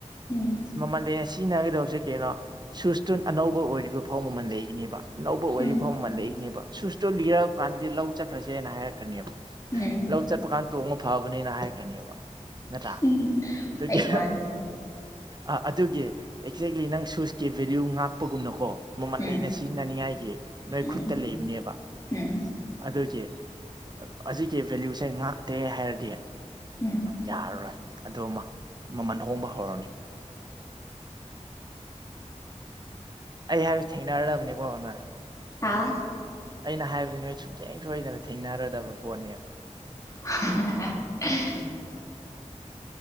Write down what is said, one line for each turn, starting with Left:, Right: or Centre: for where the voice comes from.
Left: ꯎꯝ
Right: ꯃꯃꯜ <unintelligible> ꯁꯤꯖꯤꯟꯅꯒꯗꯧꯁꯦ ꯀꯩꯅꯣ ꯁꯨꯁꯇꯨꯟ ꯑꯅꯧꯕ ꯑꯣꯏꯔꯤꯕ ꯐꯧ ꯃꯃꯜ ꯂꯩꯒꯅꯦꯕ ꯑꯅꯧꯕ ꯑꯣꯏꯔꯤꯕ
Left: ꯎꯝ
Right: ꯐꯥꯎ ꯑꯃ ꯂꯩꯛꯏꯅꯦꯕ ꯁꯨꯁꯇꯣ ꯂꯤꯔꯛ ꯀꯥꯟꯗꯗꯤ ꯂꯧ ꯆꯠꯈ꯭ꯔꯁꯦꯅ ꯍꯥꯏꯔꯛꯈ꯭ꯔꯅꯦꯕ
Left: ꯎꯝ
Right: ꯆꯄꯀꯥꯟ ꯇꯣꯡꯕ ꯐꯕꯅꯤꯅ ꯍꯥꯏꯈ꯭ꯔꯅꯦꯕ ꯅꯠꯇ꯭ꯔꯥ
Left: ꯎꯝ
Right: ꯑꯗꯨꯒꯤ
Left: ꯑꯩ ꯃꯥꯅꯤ
Right: ꯑ ꯑꯗꯨꯒꯤ ꯑꯦꯛꯖꯦꯛꯂꯤ ꯅꯪ ꯁꯨꯁꯀꯤ ꯚꯦꯂꯌꯨ ꯉꯥꯛꯄꯒꯨꯝꯅꯀꯣ ꯃꯃꯟ
Left: ꯎꯝ
Right: ꯂꯩꯅ ꯁꯤꯖꯤꯟꯅꯅꯤꯡꯉꯥꯏꯒꯤ ꯅꯣꯏ
Left: ꯎꯝ
Right: ꯈꯨꯠꯇ ꯂꯩꯕꯅꯦꯕ
Left: ꯎꯝ
Right: ꯑꯗꯨꯒꯤ ꯍꯧꯖꯤꯛꯀꯤ ꯚꯦꯂꯌꯨꯁꯦ ꯉꯥꯛꯇꯦ ꯍꯥꯏꯔꯗꯤ
Left: ꯎꯝ
Right: ꯌꯥꯔꯔꯣꯏ ꯑꯗꯨ ꯑꯃ ꯃꯃꯜ ꯍꯣꯡꯕ ꯍꯧꯔꯅꯤ ꯑꯩ ꯍꯥꯏꯕꯁꯤ ꯊꯦꯡꯅꯔꯕꯅꯤꯀꯣ ꯅꯣꯏ
Left: ꯍꯥꯥ
Right: ꯑꯩꯅ ꯍꯥꯏꯕꯕꯁꯤꯦ ꯅꯣꯏ ꯁꯨꯡꯁꯦꯡ ꯁꯣꯏꯗꯅ ꯊꯦꯡꯅꯔꯗꯕ ꯄꯣꯠꯅꯦꯕ
Left: <inaudible>